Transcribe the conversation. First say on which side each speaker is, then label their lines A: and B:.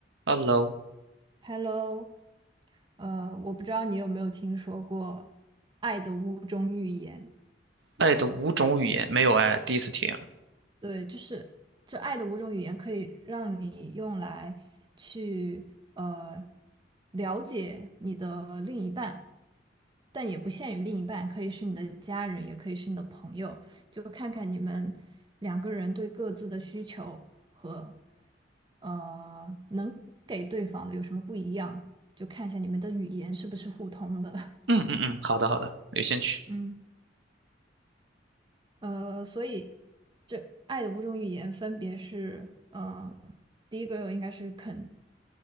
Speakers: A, on the right; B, on the right.
A: Hello，
B: Hello，呃，我不知道你有没有听说过《爱的五种语言》。
A: 爱的五种语言没有爱，第一次听。
B: 对，就是这《爱的五种语言》可以让你用来去呃了解你的另一半，但也不限于另一半，可以是你的家人，也可以是你的朋友，就看看你们两个人对各自的需求和呃能给对方的有什么不一样，就看一下你们的语言是不是互通的。<laughs>
A: 嗯嗯嗯，好的好的，有兴趣。
B: 嗯呃，所以这爱的五种语言分别是，呃，第一个应该是肯，